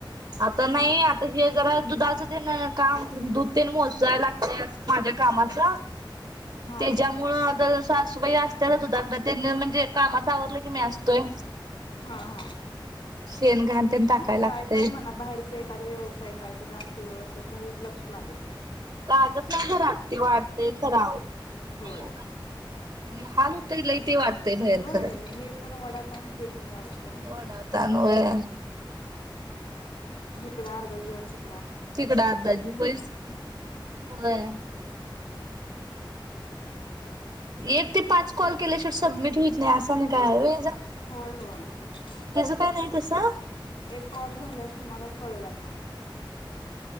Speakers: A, on the right; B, on the left.
A: आता
B: हा
A: नाई
B: हा
A: आता हे जरा दुधाचं तेन काम दुध तेन मोसाय लाग- <unintelligible> माझ्या कामाचा
B: हा
A: तेज्यामुळं आता सासूबाई अस <unintelligible> दुदाकडं तेन म्हणजे कामाच आवरलं की मी असतोय.
B: हा हा.
A: शेण घाण तेन
B: नाय
A: टाकाय लागतंय.
B: काय पण म्हणा, बाहेरच एखाद व्यवसाय काय तर असल तर कधी हितल लागत नाय.
A: लागत नाही <unintelligible> ती वाडतेय खर आओ
B: होय
A: आणि हाल हुतंय लई ते वाटतय भैर
B: होय
A: खरं
B: हे पण वडाताण ते पण वडाताण
A: वडातान होय.
B: हिकडं आर्ध जीव आन तिक
A: तिकड अर्धा जीव व्हयच की होय. एक ते पाच कॉल केल्याशिवट सबमिट हुईत नई अस आणि काय हाय होय हेज
B: होय होय. <unintelligible>
A: हेज काय नाही तसं?
B: एक कॉल झाल्यावर तुम्हाला कळल आता